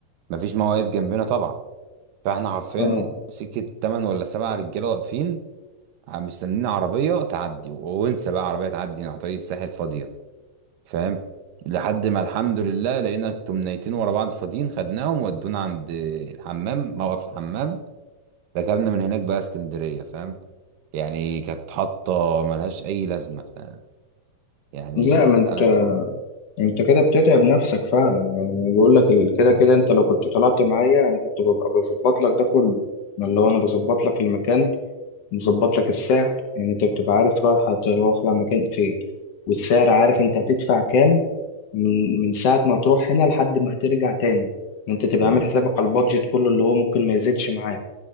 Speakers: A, on the right (about 75°); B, on the left (about 65°).
A: مفيش مواقف جنبنا طبعا فاحنا حرفيا
B: اه
A: سكة تمن ولا سبع رجالة واقفين مستنيين عربية تعدي وانسى بقى عربية تعدي على طريق الساحل فاضية فاهم لحد ما الحمد لله لقينا تمنيتين ورا بعض فاضيين خدناهم ودونا عند الحمام موقف الحمام ركبنا من هناك بقى اسكندرية فاهم يعني كانت حاطة ملهاش أي لازمة ف... يعني
B: لا ما انت
A: أنا
B: انت كده بتتعب نفسك فعلا يعني بقول لك ال- كده كده انت لو كنت طلعت معايا انا كنت ببقى بظبط لك ده كله انا اللي هو انا بظبط لك المكان مظبط لك السعر يعني انت بتبقى عارف رايح هتروح لمكان فين والسعر عارف انت هتدفع كام من من ساعة ما هتروح هنا لحد ما هترجع تاني يعني انت تبقى
A: مم.
B: عامل حسابك على البادجت كله اللي هو ممكن ما يزيدش معاه